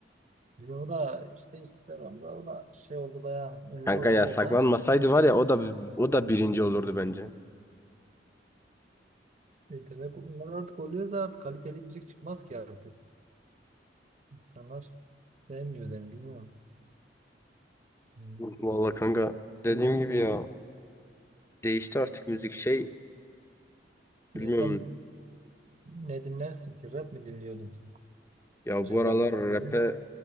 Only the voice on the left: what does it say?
Kanka
ya saklanmasaydı
var ya o da o da birinci olurdu bence.
Vallahi kanka dediğim gibi ya değişti artık müzik şey
bilmiyorum
ya
bu aralar
rap'e